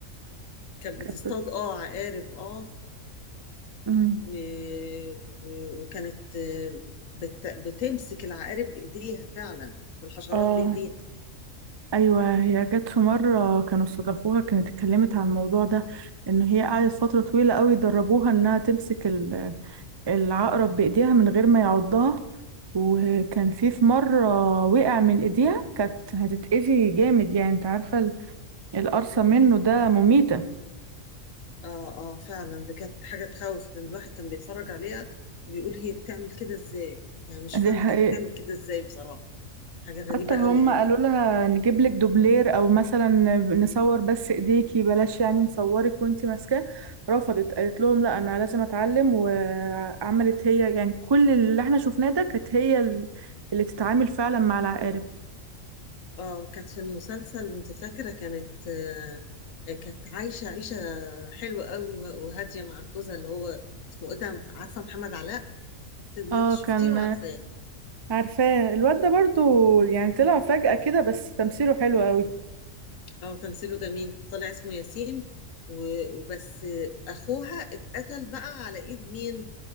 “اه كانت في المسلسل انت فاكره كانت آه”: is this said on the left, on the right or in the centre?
Left